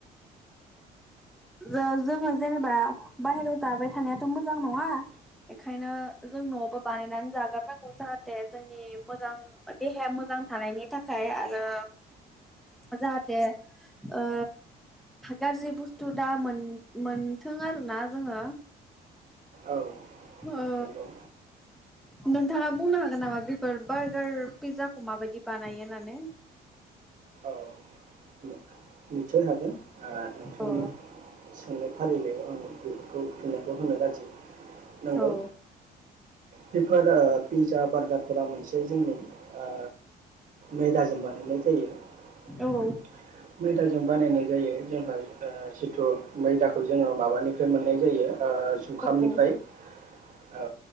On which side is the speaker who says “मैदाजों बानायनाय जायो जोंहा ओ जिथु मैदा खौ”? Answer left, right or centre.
Right